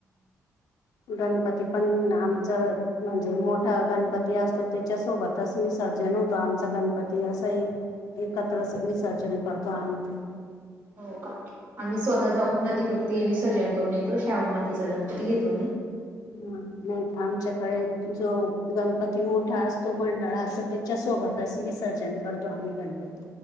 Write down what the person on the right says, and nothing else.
हो का. आम्ही स्वतः जाऊन नदीवरती विसर्जन करून येतो शाडूमातीचा गणपती घेतो आम्ही.